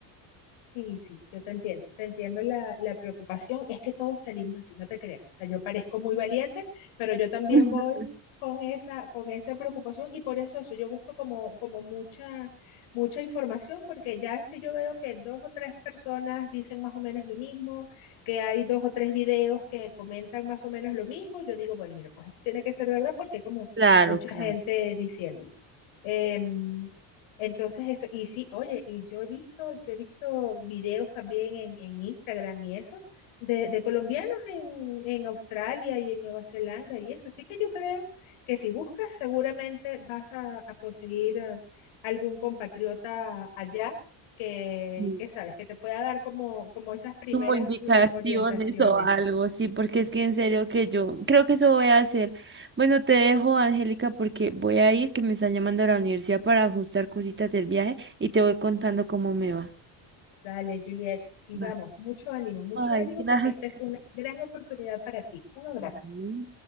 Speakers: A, on the left; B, on the right.
A: Sí, sí, yo te entiendo, te entiendo la, la preocupación, es que todos salimos así, no te creas, o sea, yo parezco muy valiente, pero yo también
B: <laughs>
A: voy con esa, con esa preocupación y por eso eso, yo busco como, como mucha, mucha información, porque ya si yo veo que dos o tres personas dicen más o menos lo mismo, que hay dos o tres videos que comentan más o menos lo mismo, yo digo, bueno, mira, pues esto tiene que ser verdad porque hay como
B: Claro,
A: mucha
B: claro.
A: gente diciéndolo. Em, entonces eso, y sí, oye, y yo he visto, yo he visto videos también en, en Instagram y eso, de, de colombianos en, en Australia y en Nueva Zelanda y eso. Así que yo creo que si buscas, seguramente vas a, a conseguir eh, algún compatriota allá que,
B: Mm.
A: que sabes, que te pueda dar como, como esas primeras
B: Como indicaciones
A: eh, orientaciones.
B: o algo, sí, porque es que en serio que yo creo que eso voy a hacer. Bueno, te dejo, Angélica, porque voy a ir, que me están llamando a la universidad para ajustar cositas del viaje y te voy contando cómo me va.
A: Dale, Juliet, y
B: Vale.
A: vamos, mucho ánimo, mucho
B: Ay,
A: ánimo
B: gracias.
A: porque esta es una gran oportunidad para ti. Un abrazo.
B: Ay,